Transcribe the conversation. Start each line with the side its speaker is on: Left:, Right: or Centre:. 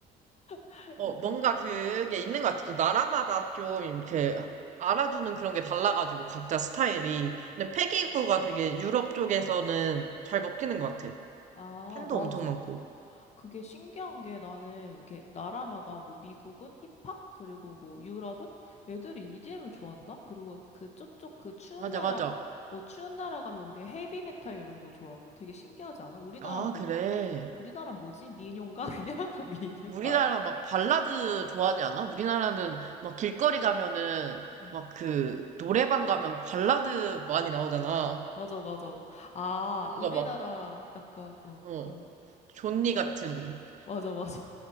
Left: <laughs>
Right: 어,
Left: 약간
Right: 뭔가 그게 있는 것 같아. 또 나라마다 좀 이렇게 알아주는 그런 게 달라가지고, 각자 스타일이. 근데 패기구가 되게 유럽 쪽에서는 잘 먹히는 것 같아.
Left: 아,
Right: 팬도
Left: 맞아.
Right: 엄청 많고.
Left: 그게 신기한 게 나는 이게 나라마다 뭐 미국은 힙합 그리고 뭐 유럽은 애들이 EDM을 좋아한다. 그리고 그 쪽쪽 그 추운
Right: 맞아,
Left: 나라
Right: 맞아.
Left: 어 추운 나라 가면 우리 헤비메탈 이런 거 좋아하고 되게 신기하지 않아? 우리나라
Right: 아,
Left: 뭐
Right: 그래.
Left: 우리나라 뭐지? 민요인가 <laughs> 그냥
Right: 우-
Left: 민요
Right: 우리나라
Left: 아리.
Right: 막 발라드 좋아하지 않아? 우리나라는 막 길거리 가면은
Left: 음.
Right: 막 그 노래방 가면 발라드 많이 나오잖아.
Left: 맞아 맞아. 아,
Right: 뭔가
Left: 우리나라
Right: 막,
Left: 약간 어
Right: 어,
Left: 그런 거.
Right: 존니 같은.
Left: 맞아 맞아.